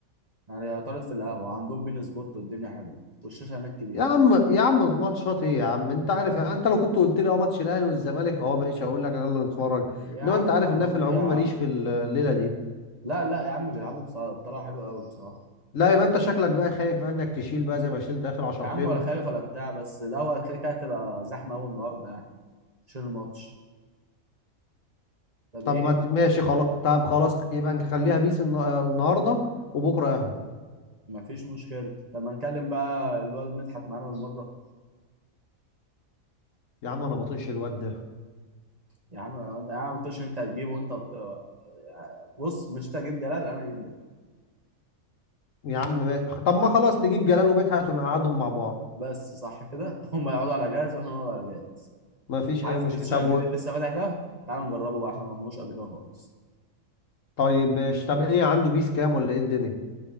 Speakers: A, on the right (about 30°); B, on the left (about 65°).
A: يعني طارد في القهوه عندهم بين سبورت والدنيا حلوه والشاشه هناك كبيره
B: يا عم يا عم ماتشات ايه يا عم انت عارف يعني انت لو كنت قلت لي اه ماتش الاهلي والزمالك اه ماشي هقول لك يلا نتفرج
A: يا
B: انما
A: عم
B: انت عارف
A: ما
B: ان
A: نروح
B: أنا في العموم
A: يا عم
B: ماليش في الليله دي
A: لا لا يا عم بيلعبوا بصراحة بطريقة حلوة قوي بصراحة
B: لا يبقى انت شكلك بقى خايف بقى انك تشيل بقى زي ما شلت اخر عشرتين
A: يا عم ولا خالف ولا بتاع بس ده هو كده كده هتبقى زحمة أوي النهاردة يعني عشان الماتش طب
B: طب
A: إيه
B: ما ت- ماشي خلاص طب خلاص يبقى نخليها بيس الن- آه، النهارده وبكره اهو
A: مفيش مشكلة طب ما نكلم بقى الواد مدحت معانا بالمرة
B: يا عم انا بطيقش الواد ده
A: يا عم أنا أنا ما قلتش إن أنت هتجيبه وأنت هت- بص مش أنت هتجيب جلال أنا هجيب مدحت
B: يا عم ماشي طب ما خلاص نجيب جلال ومدحت ونقعدهم مع بعض
A: بس صح كده <laughs> هما يقعدوا على جهاز وإحنا نقعد على جهاز
B: ما فيش
A: عارف
B: اي مشكله
A: البلاي ستيشن
B: طب
A: الجديد
B: و...
A: اللي لسه فاتح ده تعال نجربه بقى إحنا ما رحناش قبل كده خالص
B: طيب ماشي طب ايه عنده بيس كام ولا ايه الدنيا